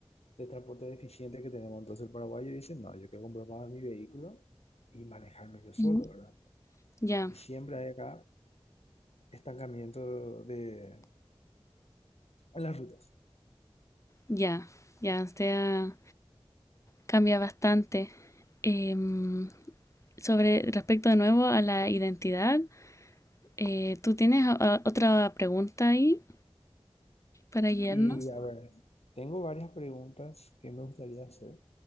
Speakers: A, on the left (about 85°); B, on the left (about 30°).
A: de transporte deficiente que tenemos. Entonces el paraguayo dice, no, yo quiero comprar para mi vehículo y manejarme yo solo,
B: Ujú.
A: ¿verdad?
B: Ya,
A: Y siempre hay acá estancamiento de, en las rutas.
B: ya, ya, o sea... Cambia bastante. Em, sobre respecto de nuevo a la identidad, eh, ¿tú tienes a- a- otra pregunta ahí para guiarnos?
A: Y a ver, tengo varias preguntas que me gustaría hacer.